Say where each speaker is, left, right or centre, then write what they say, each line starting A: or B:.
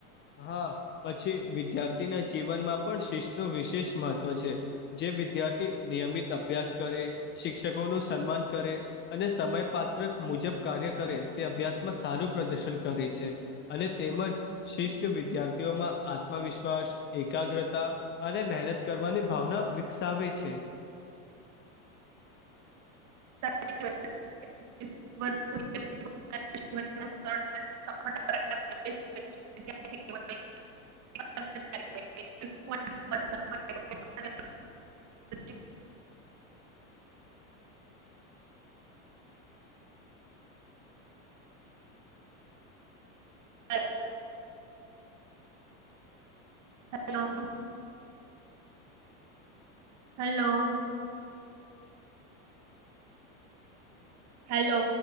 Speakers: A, on the left; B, on the right.
A: હા પછી વિદ્યાર્થીના જીવનમાં પણ શિસ્ત નો વિશેષ મહત્વ છે જે એ વિદ્યાર્થી નિયમિત અભ્યાસ કરે શિક્ષકો નું સન્માન કરે અને સમયપાત્ર મુજબ કાર્ય કરે તે અભ્યાસમાં સારું પ્રદર્શન કરે છે અને તેમજ શિસ્ત તો વિદ્યાર્થીઓમાં આત્મવિશ્વાસ એકાગ્રતા અને મહેનત કરવાની ભાવના વિકસ ચાવે છે
B: <inaudible> <inaudible> <inaudible>
A: હ
B: હે તો હલો હેલો હેલો